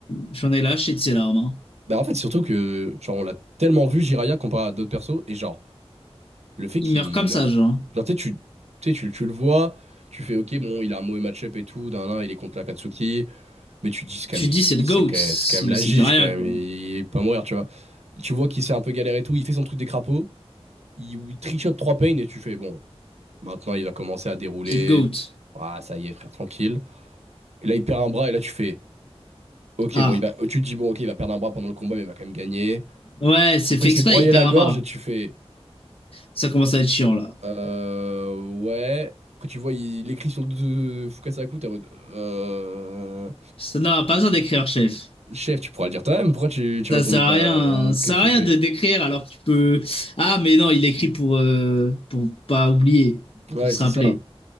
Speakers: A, on the left (about 60°); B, on the right (about 85°).
A: j'en ai lâché de ses larmes. hein.
B: Bah en fait surtout que genre on l'a tellement vu Jiraiya comparé à d'autres persos et genre le fait
A: Il
B: qu'il
A: meurt
B: meurt.
A: comme ça, genre.
B: Genre tu sais tu, tu, sais, tu, tu le vois, tu fais ok bon il a un mauvais match-up et tout, d'un il est contre l'Akatsuki. Mais tu te dis, c'est quand
A: Tu
B: même,
A: dis
B: c'est
A: c'est le GOAT,
B: quand
A: c'est
B: c'est quand même la
A: c'est
B: gige,
A: du rien
B: quand même.
A: quoi.
B: Il est pas à mourir, tu vois. Tu vois qu'il s'est un peu galéré et tout. Il fait son truc des crapauds. Il, il trichote trois pains et tu fais, bon, maintenant il va commencer à dérouler.
A: C'est le GOAT.
B: Ah, ça y est, frère, tranquille. Et là, il perd un bras et là, tu fais, ok,
A: Ah,
B: bon, il va, tu te dis, bon, ok, il va perdre un bras pendant le combat, mais il va quand même gagner.
A: ouais, c'est
B: Après,
A: fait
B: il s'est
A: exprès,
B: broyé
A: il perd
B: la gorge
A: un bras.
B: et tu fais,
A: Ça commence à être chiant, là.
B: euh, ouais. Après, tu vois, il, il écrit sur le dos de Fukasaku, t'es en mode, euh,
A: Ça n'a pas besoin d'écrire, chef.
B: chef, tu pourras le dire toi-même. Pourquoi tu, tu
A: Ça
B: retournes
A: sert à
B: pas?
A: rien, ça
B: Qu'est-ce
A: sert
B: que
A: à
B: tu
A: rien
B: fais?
A: de d'écrire alors que tu peux. Ah, mais non, il écrit pour, euh, pour pas oublier,
B: Ouais,
A: pour se
B: c'est
A: rappeler,
B: ça.